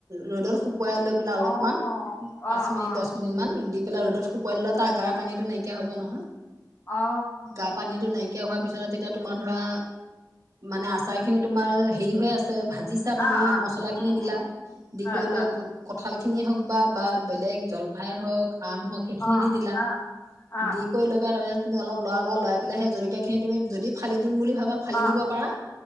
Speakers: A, on the right; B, on the left.
A: ৰ'দত শুকুৱাই লৈ পেলাই অলপমান
B: অ
A: পাঁচ
B: অ
A: মিনিট
B: অ
A: দহ মিনিট মান দি পিলা ৰদত শুকুৱাই শুকুৱাই তাৰ আগাৰ পানীত নাইকিয়া হব নহয়
B: অ
A: গা পানীতটো নাইকিয়া নাইকিয়া হোৱাৰ পিছতে তেতিয়া তোমাৰ ধৰা মানে আচাৰ
B: উম
A: খিনি তোমাৰ
B: উম
A: হেৰি হৈ আছে ভাজিছা তুমি
B: অ অ
A: মছলা খিনি
B: উম
A: দিলা
B: উম
A: দি
B: হয়
A: কৰি
B: হয়
A: লৈ কঁঠালখিনিয়ে হওক বা বা বেলেগ জলফাই হওক আম সেইখিনি
B: অ
A: দি দিলা
B: অ অ
A: দি কৰি লৈ পেল তাৰপিছত তুমি অলপ লৰা বা লই পেলাই স জলকীয়া খিনি তুমি যদি ফালি দিম বুলি বা ফালি
B: অ
A: দিব পাৰা